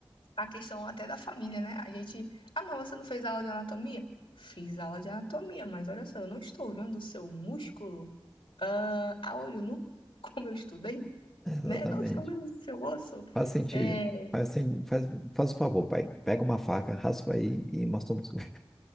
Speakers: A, on the left (about 70°); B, in the centre.
A: a questão até da família, né? A gente. Ah, mas você não fez aula de anatomia? Fiz aula de anatomia, mas olha só, eu não estou vendo o seu músculo ah, a olho nu, <laughs> como eu estudei,
B: Exatamente.
A: né? Não estou vendo o seu osso.
B: Faz sentido.
A: É, é
B: Faz, sen- faz, faz o favor, pai. Pega uma faca, raspa aí e mostra um músculo.